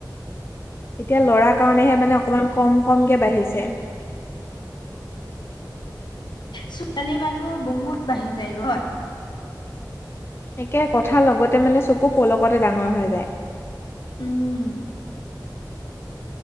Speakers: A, on the left (about 30°); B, on the left (about 80°).
A: এতিয়া লৰা কাৰনেহে মানে অকমান কম-কমকে বাঢ়িছে।
B: ছোৱালী মানুহ বহুত বাঢ়ি যায়গৈ।
A: একে কথাৰ লগতে মানে চকু পলকতে ডাঙৰ হৈ যায়।
B: উম,